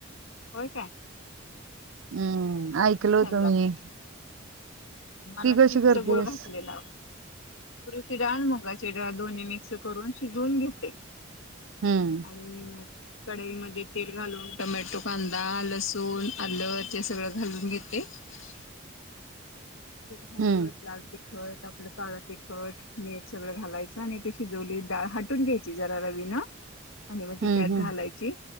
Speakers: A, on the left (about 85°); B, on the right (about 75°).
A: होय काय
B: हम्म ऐकल होतो
A: छान लागत
B: मी
A: मला
B: ती कशी
A: खिंच
B: करतेस
A: गुळ घातलेलं पुरची डाळ मुगाची डाळ दोन्ही मिक्स करून शिजवून घेते
B: हम्म
A: आणि कढाईमध्ये तेल घालून टोमॅटो कांदा लसूण आलं ते सगळं घालून घेते <unintelligible> हळवद
B: हम्म
A: लावते तट आपलं काळ तिखट मीठ सगळं घालायचं आणि ते शिजवली डाळ हाटून घ्यायची जरा रवी आणि मग त
B: हम्म
A: त्यात
B: हम्म
A: घालायची